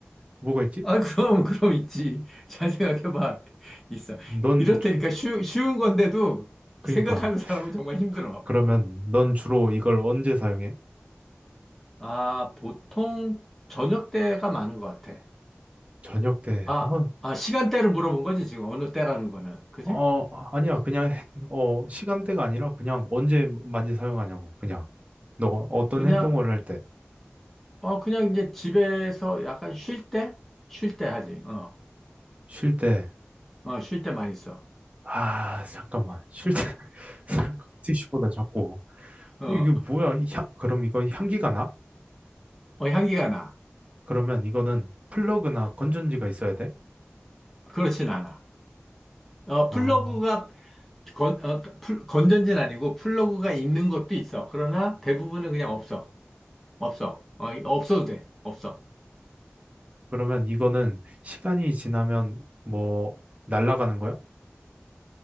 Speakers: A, on the right; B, in the centre.
A: 뭐가 있지?
B: 아, 그럼, 그럼 있지. 잘 생각해봐. <laughs> 있어.
A: 넌
B: 이렇다니까
A: 주-
B: 쉬, 쉬운 건데도
A: 그니까
B: 생각하는 사람은 정말 힘들어.
A: 그러면 넌 주로 이걸 언제 사용해?
B: 아, 보통 저녁 때가 많은 것 같아.
A: 저녁 때.
B: 아,
A: 아,
B: 아, 시간대를 물어본 거지, 지금. 어느 때라는 거는. 그지?
A: 어, 아니야. 그냥 해- 어, 시간대가 아니라 그냥 언제 많이 사용하냐고. 그냥 너가 어떤
B: 그냥,
A: 행동을 할 때,
B: 어, 그냥 이제 집에서 약간 쉴 때? 쉴 때 하지. 어,
A: 쉴 때.
B: 어, 쉴 때 많이 써.
A: 아, 잠깐만. 쉴 때. <laughs> 티슈보다 작고.
B: 어,
A: 어, 이게 뭐야? 향, 그럼 이거 향기가 나?
B: 어, 향기가 나.
A: 그러면 이거는 플러그나 건전지가 있어야 돼?
B: 그렇진 않아. 어,
A: 어,
B: 플러그가 건, 어, 풀- 건전지는 아니고 플러그가 있는 것도 있어. 그러나 대부분은 그냥 없어. 없어. 어, 없어도 돼. 없어.
A: 그러면 이거는 시간이 지나면 뭐 날아가는 거야?